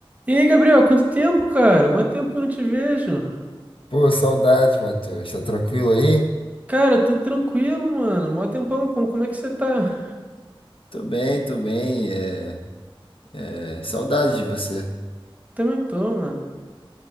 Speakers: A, on the right (about 15°); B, on the left (about 70°).
A: E aí, Gabriel, quanto tempo, cara? Mó tempo que eu não te vejo.
B: Pô, saudade, Matheus. Tá tranquilo aí?
A: Cara, tudo tranquilo, mano. Mó tempão, como, como é que você tá?
B: Tô bem, tô bem. É, é, saudade de você.
A: Também tô, mano.